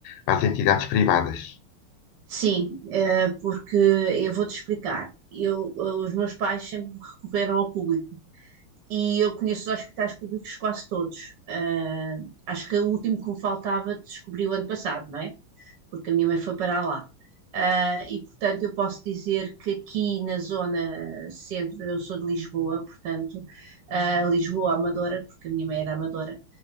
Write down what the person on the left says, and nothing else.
às entidades privadas.